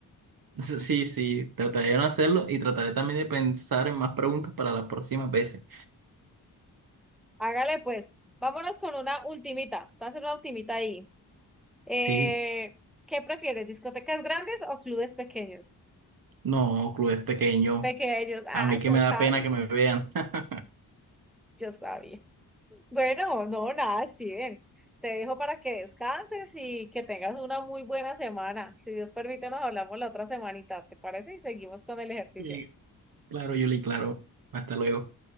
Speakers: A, on the right; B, in the centre.
A: <laughs> S- Sí, sí, trataré de no hacerlo y trataré también de pensar en más preguntas para las próximas veces.
B: Hágale pues, vámonos con una ultimita. Te voy a hacer una ultimita ahí. Eh,
A: Sí,
B: ¿qué prefieres, discotecas grandes o clubes pequeños?
A: no, club es pequeño,
B: Pequeños, ah,
A: a mí que
B: yo
A: me da
B: sabía,
A: pena que me vean. <laughs>
B: yo sabía. Bueno, no, nada, Steven. Te dejo para que descanses y que tengas una muy buena semana. Si Dios permite, nos hablamos la otra semanita, ¿te parece? Y seguimos con el ejercicio.
A: Y claro, Yuli, claro, hasta luego.